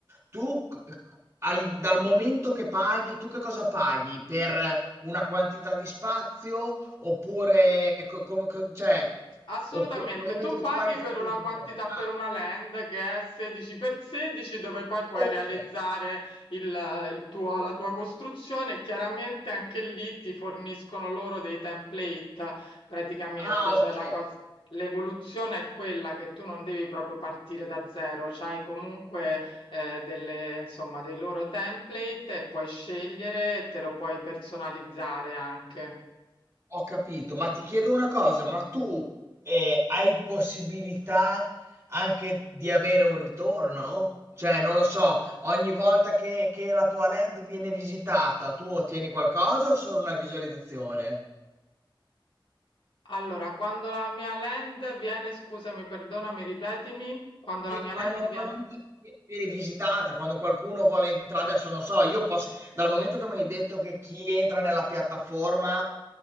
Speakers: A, on the right (about 30°); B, on the left (about 75°).
A: tu c- c- a li- dal momento che paghi, tu che cosa paghi? Per una quantità di spazio oppure co- come co- cioè,
B: Assolutamente,
A: o co- dal momento
B: tu
A: che
B: paghi
A: tu paghi fai
B: per
A: quello
B: una
A: che
B: quantità,
A: vuoi? Ah,
B: per una land che è 16 per 16 dove poi puoi
A: ok.
B: realizzare il, il tuo, la tua costruzione e chiaramente anche lì ti forniscono loro dei template praticamente,
A: Ah,
B: cioè
A: ok.
B: la cosa... L'evoluzione è quella che tu non devi proprio partire da zero, c'hai comunque eh, delle, insomma, dei loro template e puoi scegliere e te lo puoi personalizzare anche.
A: Ho capito, ma ti chiedo una cosa, ma tu eh, hai possibilità anche di avere un ritorno? Cioè, non lo so, ogni volta che, che la tua land viene visitata, tu ottieni qualcosa o solo una visualizzazione?
B: Allora, quando la mia land viene, scusami, perdonami, ripetimi, quando
A: Di-
B: la mia
A: Quando
B: land
A: la tua
B: viene.
A: land vi- viene visitata, quando qualcuno vuole entrare, adesso non so, io posso, dal momento che mi hai detto che chi entra nella piattaforma